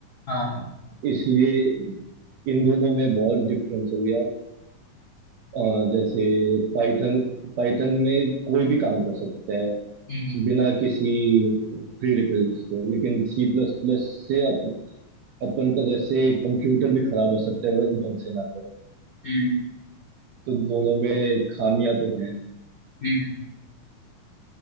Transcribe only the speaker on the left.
हाँ हाँ।
हम्म
हम्म
हम्म हम्म।